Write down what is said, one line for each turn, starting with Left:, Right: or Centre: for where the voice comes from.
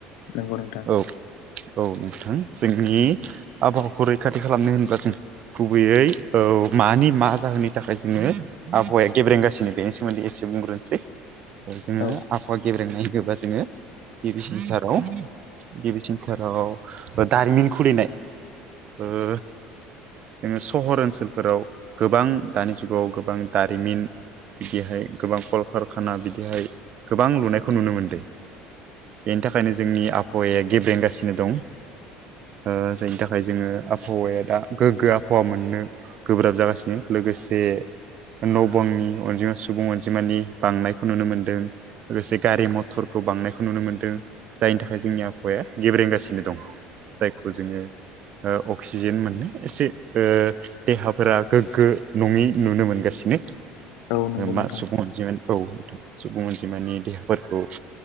Left: नंगौ नोंथां
Right: औ औ नोंथां जोंनि आबहावाखौ रैखाथि खालामनो होनब्ला जों गुबैयै औ मानि मा जाहोननि थाखाय जोङो आबहावाया गेब्रेंगासिनो बेनि सोमोनदै एसे बुंग्रोनोसै जोङो
Left: औ
Right: आबहावा गेब्रेंनाय होनोबा जोङो गिबि सेन्टाराव गिबि सेन्थाराव दारिमिन खुलिनाय ओ जोङो सहर ओनसोलफोराव गोबां दानि जुगाव गोबां दारिमिन बिदिहाय गोबां कल कारखाना बिदिहाय गोबां लुनायखौ नुनो मोनदों बेनि थाखायनो जोंनि आबहावाया गेब्रेंगासिनो दं ओ जायनि थाखाय जोङो आबहावाया दा गोग्गो आबहावा मोननो गोब्राब जागासिनो लोगोसे न' बांनि अनजिमा सुबुं अनजि जिमानि बांनायखौ नुनो मोनदों लोगोसे गारि मथरखौ बांनायखौ नुनो मोनदों जायनि थाखाय जोंनि आबहावाया गेब्रेंगासिनो दं जायखौ जोङो ओ अक्सिजेन मोननाय एसे ओ देहाफोरा गोग्गो नङै नुनो मोनगासिनो
Left: औ नंगौ नोंथां
Right: मा सुब अनजिमानि औ नोंथां सुबुं अनजिमानि देहाफोरखौ